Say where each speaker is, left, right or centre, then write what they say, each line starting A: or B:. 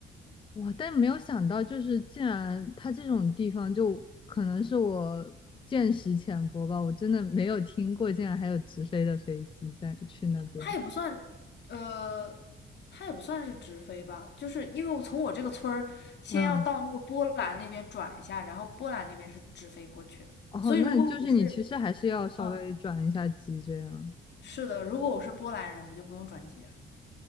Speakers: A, on the left (about 25°); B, on the left (about 60°).
A: 哇！但没有想到，就是竟然它这种地方，就可能是我见识浅薄吧，我真的没有听过，竟然还有直飞的飞机在去那边。
B: 它也不算呃。它也不算是直飞吧，就是因为我从我这个村儿先要到那个波兰那边转一下，
A: 嗯，
B: 然后波兰那边是直飞过去的。
A: 哦，
B: 所以如果我是，
A: 那就是你其实还是要稍微转一下机这样。
B: 嗯。是的，如果我是波兰人，我就不用转机了。